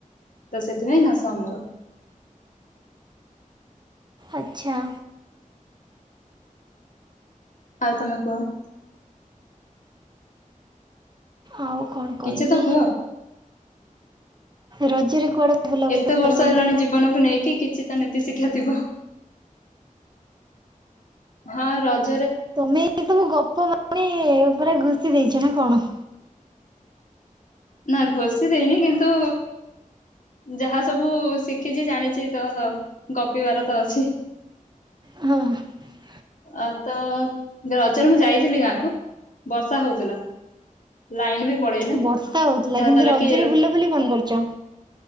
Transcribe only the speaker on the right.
ଆଚ୍ଛା।
ଆଉ କଣ କହିବି?
ରଜରେ କୁଆଡ଼େ ବୁଲାବୁଲି
କରିବା
ପାଇଁ
ଗଲ
ତମେ ସବୁ ଗପ ମାନେ ଉପରେ ଘୁସି ଦେଇଛ ନା କଣ
ଆଆଆ <unintelligible>
ବର୍ଷା ହେଉଥିଲା
କିନ୍ତୁ
ରଜରେ
ବୁଲାବୁଲି କଣ କରୁଛ